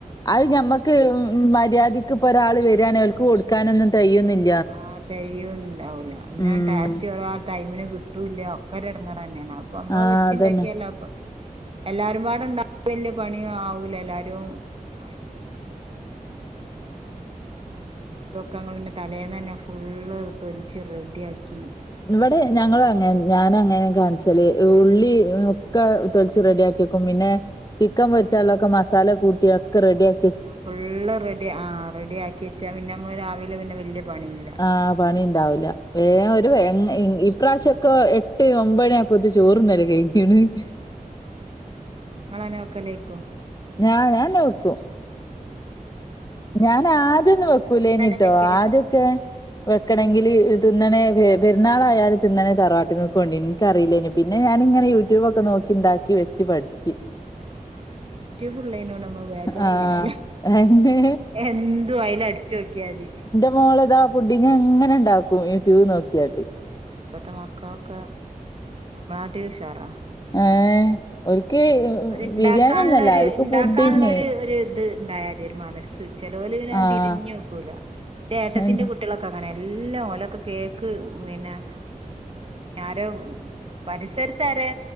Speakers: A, on the left; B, on the right.
A: അത് ഞമ്മക്ക് ഉം മര്യാദിക്ക് ഇപ്പൊ ഒരാള് വെരാണേൽ ഓൽക്ക് കൊടുക്കാനൊന്നും തെകയ്യൊന്നില്
B: ആഹ് തെയ്യുണ്ടാവൂല. പിന്നെ
A: ഉം
B: ടേസ്റ്റ് കൊറവാ ടൈമിന് കിട്ടൂല്ല ഒക്കെ ഒരു എടങ്ങാറന്നെയാണ്. അപ്പൊ അമ്മള്
A: ആഹ്
B: വെച്ചിണ്ടാക്കിയാലോ
A: അതന്നെ
B: അപ്പൊ എല്ല ഒരുപാടുണ്ടാ വല്യ പണിയു ആവൂല എല്ലാരും സഹായി പിന്നെ ഉള്ളിയും ഇതൊക്കെയങ്ങ് പിന്നെ തലേന്നന്നെ ഫുള്ള് തൊലിച്ച് റെഡിയാക്കി വെക്കും
A: ഇവിടെ ഞങ്ങളു അങ്ങനെ ഞാനു അങ്ങനെ കാണിച്ചല്. ഉള്ളി ഒക്കെ തൊലിച്ച് റെഡിയാക് ക്കി വെക്കും പിന്നെ, ചിക്കൻ മൊരിച്ചാലൊക്കെ മസാല കൂട്ടി ഒക്കെ റെഡി ആക്
B: ആ ഫുള്ള് റെഡി ആഹ് റെഡിയാക്കി വെച്ചാ പിന്നെമ്മ രാവിലെ പിന്നെ വല്യ പണിയില്ല.
A: ആഹ് പണി ഇണ്ടാവില്ല. വേഗ ഒരു ഇപ്രാവശ്യൊക്കെ എട്ട് ഒമ്പത് ആയപ്പത്ത് ചോറ്ന്നല് കയിഞ്ഞ്. ഇത്
B: ഇങ്ങളന്നെ വെക്കലേക്കോ?
A: ആഹ് ഞാനന്നെ വെക്കു.
B: ഉം.
A: ഞാനാദ്യൊന്നു വെക്കൂലേനിട്ടോ.
B: തന്നെ കഴിക്കല്
A: ആദ്യൊക്കെ വെക്കണെങ്കില് തിന്നണെ പെര്ന്നാളായാല് തിന്നണെ തറവാട്ട്ങ്ങക്ക് കൊണ്ടേന്ന്. ക്കറീല്ലേനു. പിന്നെ ഞാനിങ്ങനെ യൂട്യൂബൊക്കെ നോക്കി ഇണ്ടാക്കി വെച്ച് പഠിച്ച്.
B: ഉം പിന്നെ യൂട്യൂബ് ഇള്ളേയ്നോണ്ട് നമ്മ ബേജാറില്ലാലോ.
A: ആഹ് എന്നെ
B: എന്തു അയ്ലടിച്ചോക്കിയാതി.
A: മോളതാ പുഡ്ഡിങ്‌ എങ്ങനെ ഇണ്ടാക്കും യൂട്യൂബ്
B: ആ
A: നോക്കിയാട്ട്.
B: അതന്നെ ഇപ്പത്തെ മക്കളൊക്കെ നമ്മളാട്ടിലു ഉഷാറാ.
A: ഏഹ് ഓൽക്ക്
B: ഒര്ണ്ടാക്കാന്ള്ളൊരു
A: ബിരിയാണി ഒന്നല്ല ഓൽക്ക്
B: ഇണ്ടാക്കാന്ള്ളൊരു
A: പുഡിങ്
B: ഒരു ഇത് ഇണ്ടായാ മതി ഒരു മനസ്സ്. ചേലോല് പിന്നെ
A: ആഹ്
B: തിരിഞ്ഞ്‌ ക്കൂല. എന്റെ ഏട്ടത്തിന്റെ
A: അതന്നെ
B: കുട്ട്യോളൊക്കെ അങ്ങനെയാ. എല്ലം ഓലൊക്കെ കേക്ക് പിന്നെ ഈഹ് ഞാരോം പരിസരത്ത് ആരെ